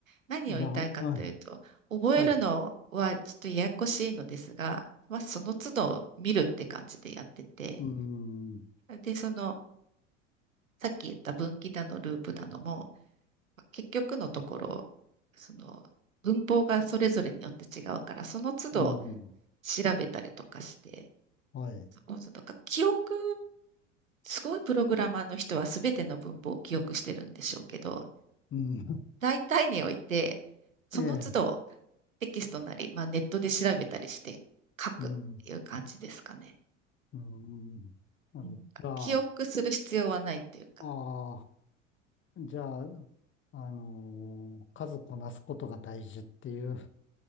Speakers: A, on the right (about 85°); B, on the left (about 30°).
A: 何を言いたいかというと、
B: いや、あ、
A: 覚えるのはちょっとややこしいのですが、
B: はい。
A: まあその都度見るって感じでやってて、
B: うん。
A: で、その、さっき言った分岐だのループだのも、結局のところ、その、文法がそれぞれによって違うから、その都度
B: うん。
A: 調べたりとかして、
B: はい。
A: その都度か、記憶、すごいプログラマーの人は全ての文法を記憶してるんでしょうけど、
B: うん。<laughs>
A: 大体において、その都度
B: ええ、
A: テキストなり、まあ、ネットで調べたりして書くっていう感じですかね。
B: うん。うん。なるほど。
A: うん記憶する必要はないっていうか。
B: じゃあ、ああ、じゃあ、あのー数こなすことが大事っていう